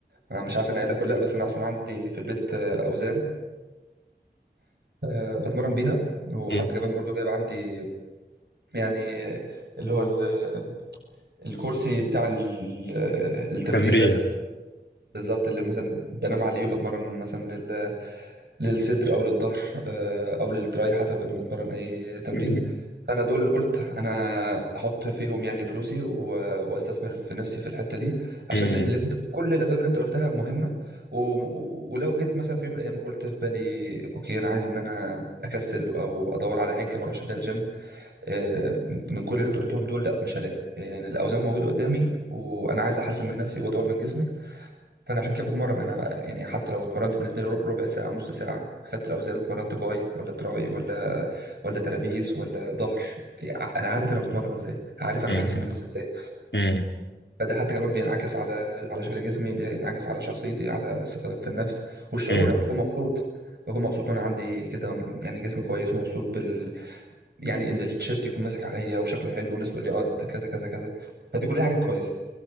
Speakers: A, on the right (about 65°); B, on the left (about 80°).
A: أنا مش عارف أنا قايل لك ولا لأ بس أنا أصلا عندي في البيت آه، أوزان آه، بتمرن بيها وحتى
B: مم.
A: كمان برضو جايب عندي يعني آه، اللي هو ال- الكرسي بتاع ال- التمرين
B: تمرين
A: ده بالظبط اللي مثلا بنام عليه وبتمرن مثلا لل... للصدر او للظهر آه، او للتراي حسب انا بتمرن اي تمرين
B: مم.
A: فانا دول قلت انا احط فيهم يعني فلوسي و... واستثمر في نفسي في الحته دي عشان
B: مم.
A: اللي انت... كل الاسباب اللي انت قلتها مهمه و... و- ولو جيت مثلا في يوم من الايام قلت في بالي اوكي انا عايز ان انا اكسل او ادور على حاجه ما اروحش بيها الجيم آه، من كل اللي انت قلتهم دول لا مش هلاقي يعني الاوزان موجوده قدامي وانا عايز احسن من نفسي واطور من جسمي فانا عشان كده بتمرن انا بقى يعني حتى لو اتمرنت بالنسبه لي رب- ربع ساعه نص ساعه خدت الاوزان اتمرنت باي ولا تراي ولا ولا ترابيس ولا ظهر يعني انا عارف انا بتمرن ازاي عارف انا
B: مم.
A: بحسن من نفسي ازاي
B: مم.
A: فده حتى كمان بينعكس على على شكل جسمي بينعكس على شخصيتي على ثقة في النفس والشعور
B: مم.
A: انا بكون مبسوط بكون مبسوط وانا عندي كده يعني جسم كويس مبسوط بال يعني ان التيشيرت يكون ماسك عليا وشكله حلو والناس تقول لي اه ده انت كذا كذا كذا فدي كلها حاجات كويسه